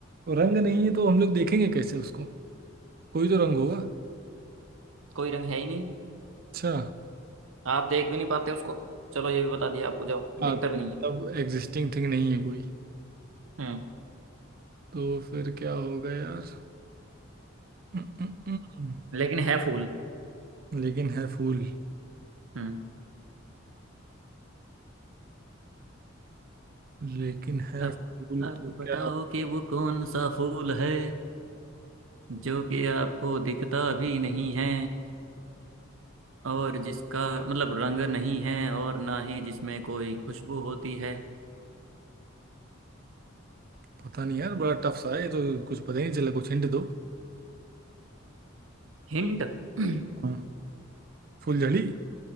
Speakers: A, on the right; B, on the right.
A: तो रंग नहीं है तो हम लोग देखेंगे कैसे उसको कोई तो रंग होगा
B: कोई रंग है ही नहीं
A: अच्छा
B: आप देख भी नहीं पाते उसको चलो ये भी बता दिया आपको जब
A: हाँ
B: दिखता
A: तो
B: भी नहीं
A: मतलब
B: है
A: एग्जिस्टिंग थिंग नहीं है कोई
B: हम्म
A: तो फिर क्या होगा यार हम्म, हम्म, हम्म।
B: लेकिन है फूल
A: लेकिन है फूल
B: हम्म
A: लेकिन है
B: अब
A: फूल
B: अब
A: तो
B: बताओ
A: क्या
B: कि वो कौन सा फूल है जो कि आपको दिखता भी नहीं है और जिसका मतलब रंग नहीं है और ना ही जिसमें कोई खुशबू होती है
A: पता नहीं यार बड़ा टफ सा है ये तो कुछ पता ही नहीं चला कुछ हिंट दो
B: हिंट <clears throat>
A: हाँ फूलझड़ी